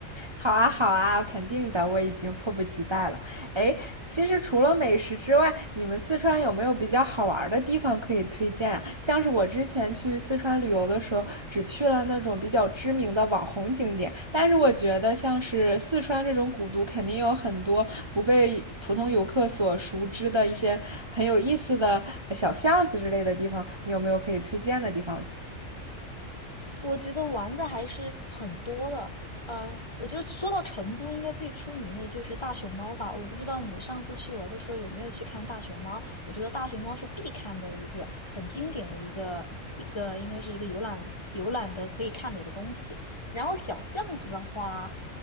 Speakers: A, on the right (about 25°); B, on the left (about 25°).
A: 好啊，好啊，肯定的，我已经迫不及待了。哎，其实除了美食之外，你们四川有没有比较好玩儿的地方可以推荐啊？像是我之前去四川旅游的时候，只去了那种比较知名的网红景点，但是我觉得像是四川这种古都，肯定有很多不被普通游客所熟知的一些很有意思的小巷子之类的地方，你有没有可以推荐的地方？
B: 我觉得玩的还是很多的。呃，我觉得说到成都，应该最出名的就是大熊猫吧。我不知道你上次去玩的时候有没有去看大熊猫？我觉得大熊猫是必看的一个很经典的一个一个，应该是一个游览游览的可以看的一个东西。然后小巷子的话，